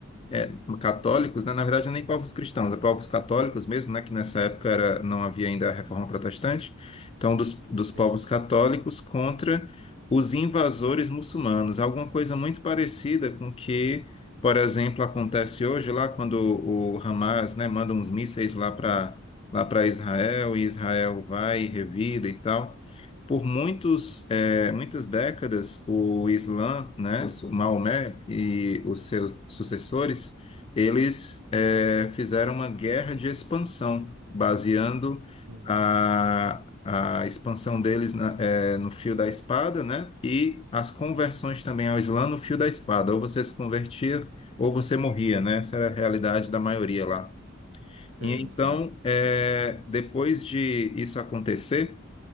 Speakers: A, on the left; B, on the right.
A: é, católicos, né? Na verdade, nem povos cristãos, é povos católicos mesmo, né? Que nessa época era, não havia ainda a Reforma Protestante. Então, dos, dos
B: Sim.
A: povos católicos contra os invasores muçulmanos. Alguma coisa muito parecida com que, por exemplo, acontece hoje lá quando o Hamas, né, manda uns mísseis lá para lá para Israel e Israel vai e revida e tal. Por muitos, eh, muitas décadas, o Islã, né, o Maomé e os seus sucessores, eles eh, fizeram uma guerra de expansão, baseando
B: Uhum.
A: a, a expansão deles na- eh, no fio da espada, né, e as conversões também ao Islã no fio da espada. Ou você se convertia ou você morria, né? Essa era a realidade da maioria lá. E
B: Sim,
A: então,
B: sim,
A: eh, depois de isso acontecer,